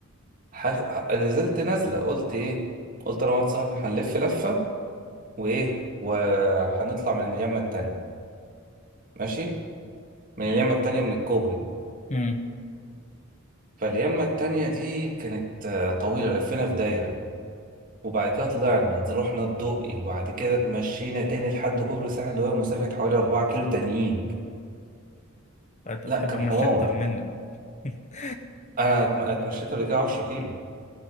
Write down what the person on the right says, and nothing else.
حخ... ه- نزلت نازلة قلت ايه قلت انا واحد صاحبي هنلف لفة وايه وهنطلع من اليمة التانية ماشي من اليمة التانية من الكوبري
فاليمة التانية دي كانت آه، طويلة لفينا في دايرة وبعد كده طلعنا نز- رحنا الدقي وبعد كده اتمشينا تاني لحد كوبري الساحل اللي هو مسافة حوالي 4 كيلو تانيين
لا
كان
حوار
انا اتم- اتمشيت قبل كده 10 كيلو